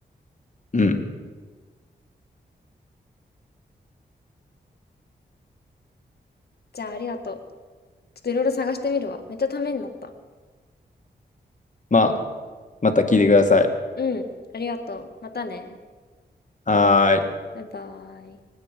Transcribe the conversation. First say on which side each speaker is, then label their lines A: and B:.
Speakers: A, on the left (about 45°); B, on the left (about 60°).
A: うん。
B: じゃあありがとう。ちょっといろいろ探してみるわ。めっちゃためになった。
A: まあ、また聞いてください。
B: うん、ありがとう。またね。
A: はーい。
B: バイバイ。